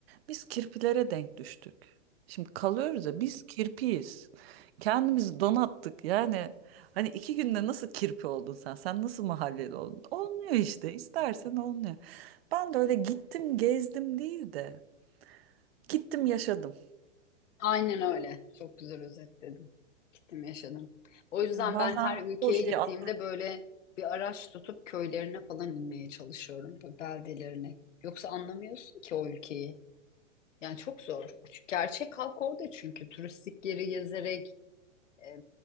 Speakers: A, on the right; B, on the left.
A: Biz kirpilere denk düştük. Şimdi kalıyoruz ya biz kirpiyiz. Kendimizi donattık. Yani hani iki günde nasıl kirpi oldun sen? Sen nasıl mahalleli oldun? Olmuyor işte. İstersen olmuyor. Ben de öyle gittim gezdim değil de gittim yaşadım.
B: Aynen öyle. Çok güzel özetledin. Gittim yaşadım. O yüzden
A: Yani bazen
B: ben her ülkeye
A: o şeyi
B: gittiğimde
A: at.
B: böyle bir araç tutup köylerine falan inmeye çalışıyorum. Böyle beldelerine. Yoksa anlamıyorsun ki o ülkeyi. Yani çok zor. Gerçek halk orada çünkü turistik yeri gezerek e,